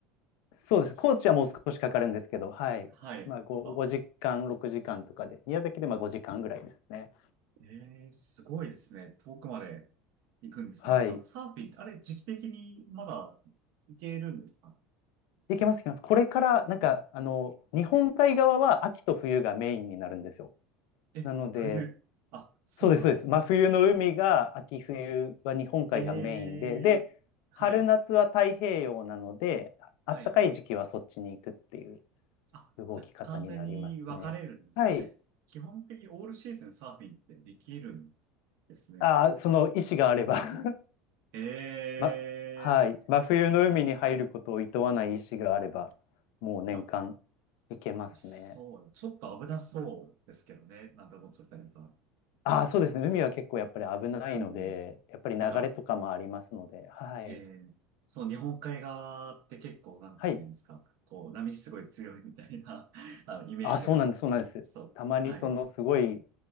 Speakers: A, on the left; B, on the right.
A: そうです。高知はもう少しかかるんですけど、はい。
B: はい。
A: まあ、5、
B: あ、
A: 時間、6時間とかで、宮崎でまあ5時間ぐらいですね。
B: ええすごいですね。遠くまで行くんですね。
A: はい。
B: サ、サーフィンって、あれ、時期的にまだ行けるんですか
A: いけます、いけます。これから、なんか、あの、日本海側は秋と冬がメインになるんですよ。
B: え、
A: なので、
B: 冬。あ、そうなんですね。
A: そうです、そうです。真冬の海が、秋冬は日本海がメインで、
B: ええはい。
A: で、春夏は太平洋なので、
B: はい。
A: あったかい時期はそっちに行くっていう
B: あ、
A: 動き方になりますね。
B: じゃあ完全に分かれるんですね。
A: はい。
B: じゃあ、基本的にオールシーズンサーフィンってできるんですね。
A: ああ、その意思があれば <laughs>
B: え
A: ま、はい。
B: え
A: 真冬の海に入ることを厭わない意思があれば、もう年間
B: あ、
A: 行けますね。
B: そう、ちょっと危なそうですけどね。なんて思っちゃったりとか。
A: ああ、そうですね。海は結構やっぱり危ないので、
B: うん。
A: やっぱり流れとかもありますので、
B: なんか、
A: はい。
B: ええその日本海側って結構、なんていうんですか。
A: はい。
B: こう、波すごい強いみたいな <laughs> あのイメージが。
A: あそうなんです、そうなんです。
B: そう。
A: たまにそのすごい
B: はい。